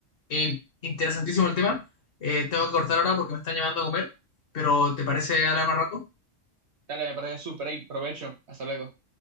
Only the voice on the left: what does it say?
eh, interesantísimo el tema. Eh, tengo que cortar ahora porque me están llamando a comer, pero ¿te parece hablar más rato?